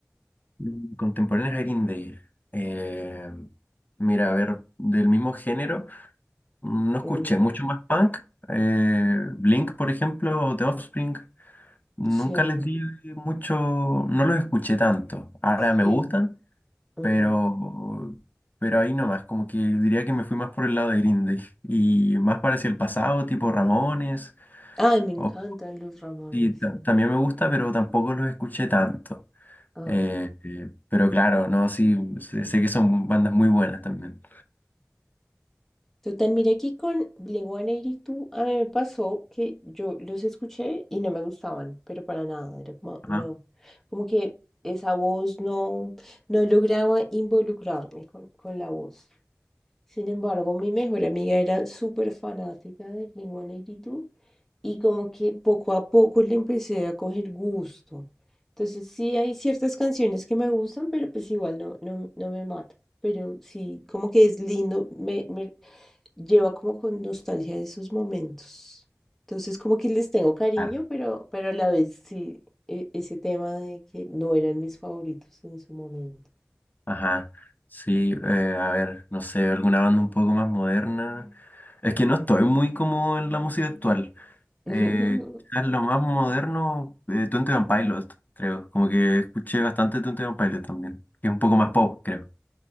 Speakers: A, on the left; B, in the centre.
A: Mm, Contemporáneos a Green Day. eh, mira, a ver, del mismo género, mm, no escuché
B: Ujú,
A: mucho más punk. eh, Blink, por ejemplo, o The Offspring, nunca
B: Sí,
A: les di mucho, no los escuché tanto. Ahora me
B: sí.
A: gustan,
B: ujú.
A: pero, pero ahí nomás, como que diría que me fui más por el lado de Green Day y más parecía el pasado, tipo Ramones.
B: Ay, me encantan
A: o-
B: los Ramones.
A: sí, ta-
B: sí.
A: también me gusta, pero tampoco los escuché tanto.
B: Ajá.
A: Eh, eh, pero claro, no, sí, sé sé que son bandas muy buenas también.
B: Total, mira que con Blink 182 a mí me pasó que yo los escuché y no me gustaban, pero para nada, era como,
A: Ajá.
B: no, como que esa voz no, no lograba involucrarme con, con la voz. Sin embargo, mi mejor amiga era súper fanática de Blink-182 y dos y como que poco a poco le empecé a coger gusto. Entonces sí hay ciertas canciones que me gustan, pero pues igual no, no, no me mata. Pero sí, como que es lindo, me, me lleva como con nostalgia de esos momentos. Entonces como que les tengo cariño,
A: Claro.
B: pero, pero a la vez sí, e- ese tema de que no eran mis favoritos en su momento.
A: Ajá. Sí, eh, a ver, no sé, alguna banda un poco más moderna. Es que no estoy muy como en la música actual.
B: <laughs>
A: Eh, quizás lo más moderno, eh, Twenty One Pilot, creo. Como que escuché bastante Twenty One Pilot también, que es un poco más pop, creo.